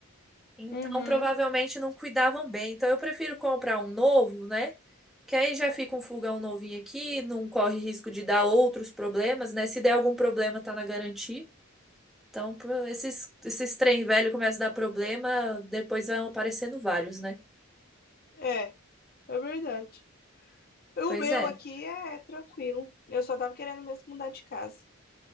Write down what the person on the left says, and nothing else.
Uhum.
É, é verdade. O
meu
aqui é tranquilo. Eu só tava querendo mesmo mudar de casa.